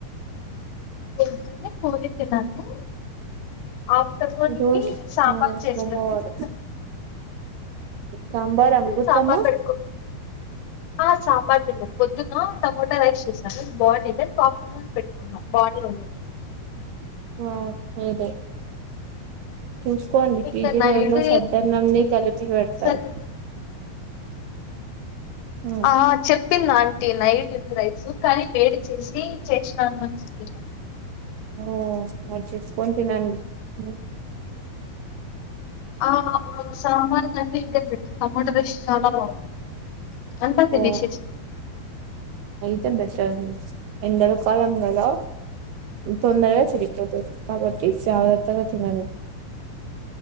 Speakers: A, on the left; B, on the right.
A: ఏంటంటే పూరి తిన్నాను ఆఫ్టర్నూన్
B: ఈ రోజు
A: కి సాంబార్
B: ఆ
A: చేసాను
B: సోమవారం
A: ఇంక
B: సాంబార్ అమృతము
A: సాంబార్ పెట్టుకో ఆ సాంబార్ పింది పొద్దున్న టమోటా రైస్ చేసాను బాగుండే అన్ పెట్టుకున్నాం బాగానే ఉండది
B: ఆ అదే చూసుకోండి
A: ఇంకా
B: పీజీలలో
A: నైట్
B: సద్దన్నంని కలిపి పెడతారు
A: సరే
B: ఉమ్
A: ఆ చెప్పింది ఆంటీ నైట్ కాని వేడి చేసి చేక్షినా మన్నాను
B: ఓ మరి చేసుకొని తినండి ఓ
A: ఆ సామాన కంట ఇద టమాటా పేస్ట్ చానా బాగుంటుంది అంతా తినేశేశి
B: ఓ తే బెటర్ అండి ఎండల కాలం కదా తొందరగా చెడిపోతది కాబట్టి జాగ్రత్తగా తినండి